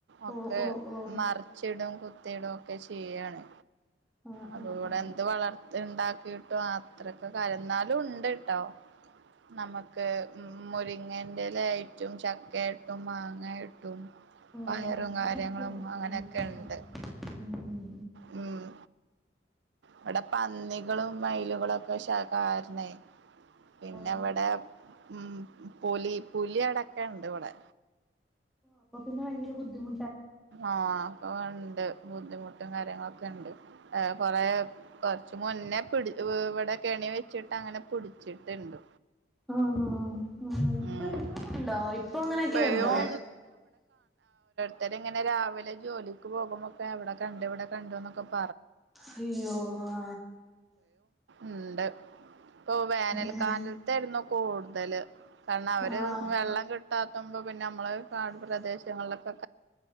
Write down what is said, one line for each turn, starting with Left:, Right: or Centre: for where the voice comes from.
Right: ഒക്കെ
Centre: ഓ ഓ ഓ
Right: മറിച്ചിടും. കു തി ടൊക്കെ ചെയാണ്.
Centre: ആ ആ
Right: അപ്പൊ ഇവിടെ
Centre: ആ
Right: എന്ത് വളർത്തി ഉണ്ടാക്കിട്ടും. അത്രക്കെ കരന്നാലുംഇന്നാലും ഉണ്ട് കേട്ടോ. നമുക്ക് ഉ മുരിങ്ങന്റെലായിറ്റും, ചക്കയട്ടും, മാങ്ങ. അങ്ങായിട്ടും
Centre: ഓ
Right: പയറും
Centre: അങ്ങനെയൊക്കെയാണല്ലേ
Right: കാര്യങ്ങളും അങ്ങനെയൊക്കെ
Centre: ആ
Right: ഉണ്ട്.
Centre: ഉം ഉം
Right: ഉം ഇവിടെ പന്നികളും മയിലുകളും ഒക്കെ ഷാകാരണ്ണേ
Centre: ഓ
Right: പിന്നെ ഇവിടെ ഉം പുലി പുലി അടക്കെണ്ട് ഇവിടെ.
Centre: അപ്പോ പിന്നെ ഭയങ്കര ബുധിമു
Right: ആഹ അപ്പൊ ഉണ്ട് ബുദ്ധിമുട്ടും കാര്യങ്ങളൊക്കെ ഉണ്ട്. കൊറ കുറച്ച് മുന്നേ പിടി ഇവിടെ കെണി വെച്ചിട്ട് അങ്ങനെ പിടിച്ചിട്ടുണ്ട്.
Centre: ആഹ ആ ഇപ്പൊ
Right: ഉം
Centre: എന്ത ഉണ്ടോ ഇപ്പൊ അങ്ങനെയൊക്കെ
Right: ഇപ്പഴും
Centre: ഉണ്ടോ?
Right: ഓരോര്ത്തെര്ങ്ങെനെ രാവിലെ ജോലിക്ക് പോകുമ്പോക്കെ അവ്ടെ കണ്ട് ഇവിടെ കണ്ട്ന്നൊക്കെ പ
Centre: അയ്യോ, ആ
Right: ഉണ്ട് ഇപ്പ വേനൽക്കാലത്തായിരുന്നു
Centre: ഉം
Right: കൂടുതല് കാരണം അവര്
Centre: ആഹ്
Right: വെള്ളം കിട്ട പട്ടാത്തുമ്പോ പിന്നെ നമ്മള് കാട് പ്രദേശങ്ങളിലൊക്കെ